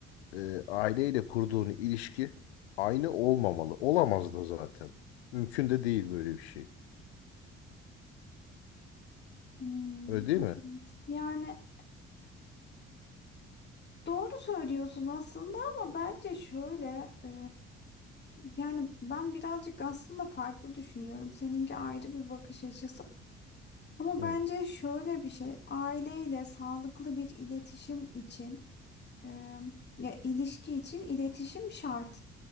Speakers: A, on the left (about 85°); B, on the left (about 35°).
A: e, aileyle kurduğun ilişki aynı olmamalı. Olamaz da zaten. Mümkün de değil böyle bir şey.
B: Hmm,
A: Öyle değil
B: evet.
A: mi?
B: Yani doğru söylüyorsun aslında ama bence şöyle e, yani ben birazcık aslında farklı düşünüyorum. Seninki ayrı bir bakış açısı. Ama
A: Hı.
B: bence şöyle bir şey, aileyle sağlıklı bir iletişim için Ee, ya ilişki için iletişim şart.